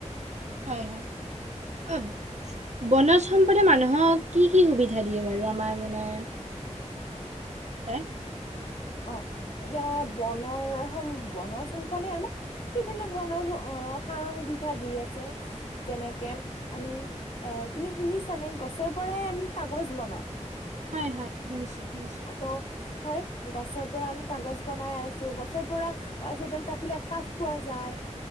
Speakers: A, on the right; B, on the left.
A: হয়, হয়। অ', বনজ সম্পদে মানুহক কি কি সুবিধা দিয়ে বাৰু? আমাৰ মানে হে
B: অ', এতিয়া বনৰ সম বনজ সম্পদে আমাক বিভিন্ন ধৰণৰ অ' সা সুবিধা দি আছে। যেনেকে আমি অ' তুমি শুনিছানে গছৰ পৰাই আমি কাগজ বনাওঁ।
A: হয়, -হয়, শুনিছোঁ -শুনিছোঁ।
B: ত' হয় গছৰ পৰা আমি কাগজ বনাই আছোঁ গছৰ পৰা গছ এডাল কাটিলে কাঠ পোৱা যায়